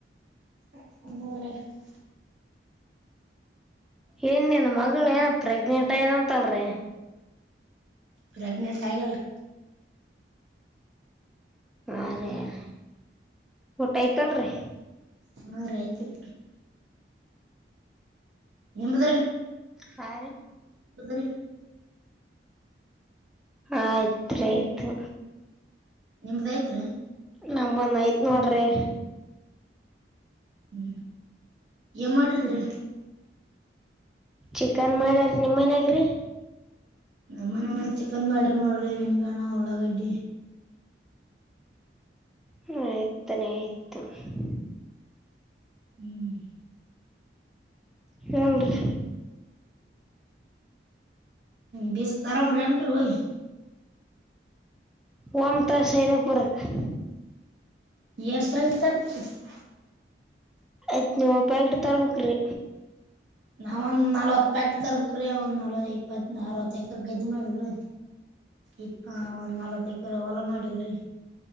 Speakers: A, on the right (about 75°); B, in the centre.
A: <unintelligible>
B: ಏನ್ನ್ ಮಗಳ ಏನ ಪ್ರೆಗ್ನೆಂಟ್ ಯದಂತಲ್ರಿ
A: ಪ್ರೆಗ್ನೆಂಟ್ ಹಾಗೌಳೇ
B: ಹ ರ ರ ಊಟ ಆಯ್ತಲ್ರಿ
A: ಹಾ ಆಯ್ತ್ರಿ ನಿಮ್ದು
B: ಹಾ
A: ರೀ
B: ಆಯ್ತ್ ಆಯ್ತು
A: ನಿಂದು ಆಯ್ತಾ
B: ನಮ್ಮನ್ ಆಯ್ತ್ ನೋಡ್ರಿ
A: ಹ್ಮ್ ಏ ಮಾಡ್ರಿದ್ರಿ
B: ಚಿಕನ್ ಮಾಡ್ಯಾರ ನಿಮ್ಮನ್ಯಾಗ್ರಿ
A: ನಮ್ಮ ಮನ ಚಿಕನ್ ಬ ಆಾರ್ಡರ್ ಮಾಡಡ್ರಿ ನಿಮ್ಗ ಅಣ ಒಳಾಗಡ್ಡಿ
B: ಹ ತನ ಯತ <unintelligible>
A: ಹ್ಮ್
B: ಹೇಳ್ರಿ
A: ಬಜು ತಾರಾಮ ರಂದ್ರ ಹ <unintelligible>
B: ಒಮಂತ ಸನಪುರ <unintelligible>
A: ಎಷ್ಟ ಬರ್ತಾರೆ <unintelligible>
B: ಐನೂರು ರೂಪಾಯಗ ತರವಕ್ಕರು
A: ನಾವಂದ್ ನಲ್ವತ್ತು ಪ್ಯಾಕ ತರ್ಬೇಕಕ್ರೆ ಒಂದ್ ನಾಲ್ ಇಪ್ಪತ್ ಅರವತ್ತ ಎಕರ ಗೆದ್ದು ಮಾಡವ್ರ ಇಪ್ಪ ಒಂದ್ ನಾಲ್ತ್ ಎಕರೆ ಹೊಲ ಮಾಡೇವ್ರಿ